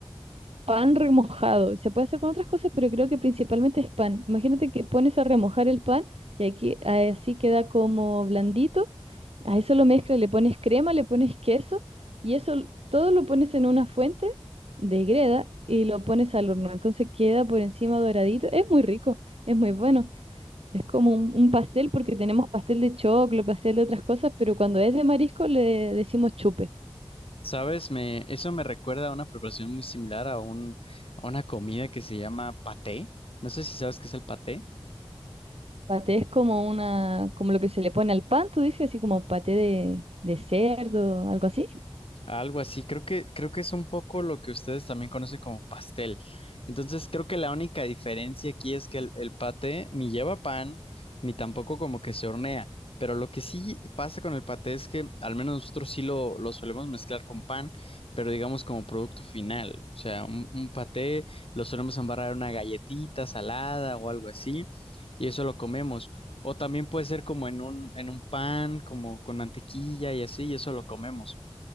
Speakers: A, on the right; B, on the left.
A: pan remojado. Se puede hacer con otras cosas, pero creo que principalmente es pan. Imagínate que pones a remojar el pan y aquí así queda como blandito a eso lo mezclas, le pones crema, le pones queso y eso l- todo lo pones en una fuente de greda y lo pones al horno. Entonces queda por encima doradito. Es muy rico, es muy bueno. Es como un, un pastel porque tenemos pastel de choclo, pastel de otras cosas, pero cuando es de marisco le decimos chupe.
B: ¿Sabes? Me, eso me recuerda a una preparación muy similar a un, a una comida que se llama paté. No sé si sabes qué es el paté.
A: Paté es como una, como lo que se le pone al pan, tú dices así como paté de, de cerdo, algo así.
B: Algo así, creo que, creo que es un poco lo que ustedes también conocen como pastel. Entonces, creo que la única diferencia aquí es que el, el paté ni lleva pan, ni tampoco como que se hornea. Pero lo que sí pasa con el paté es que al menos nosotros sí lo, lo solemos mezclar con pan, pero digamos como producto final. O sea, un, un paté lo solemos embarrar en una galletita salada o algo así, y eso lo comemos. O también puede ser como en un, en un pan, como con mantequilla y así, y eso lo comemos.